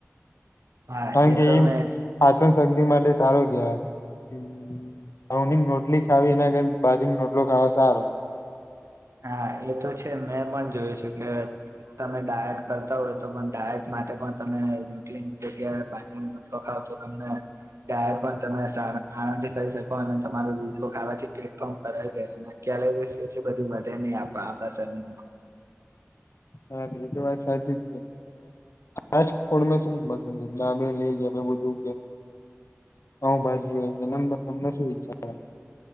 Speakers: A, on the right; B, on the left.
A: હા
B: કારણ
A: એ
B: કે
A: તો મેં
B: આજે જ શદી માટે સારો કેવાયની રોટલી ખાવી ના બાજરી રોટલો ખાવા સારો.
A: હા એ તો છે મેં પણ જોયું છે કે તમે ડાયટ કરતા હોય તો પણ ડાયટ તમે રટલી જગ્યા રોટ ખાવ તો તનેાયર પણ તમેને જાય પન સારૂ આરામથી કરી શકો અને તમારું રોટલો ખાવાથી કેામ કર છે ક્યાય <unintelligible> બે નહી આપ આપણા શરીરમાં
B: હા પે તો વાત સાચી જ છે. આજ ફણ મેં શું પસંદ ના મેં લે ગયા મે બુધું કેયા પાવભાજી હોમ તમને શું ઈચ્છા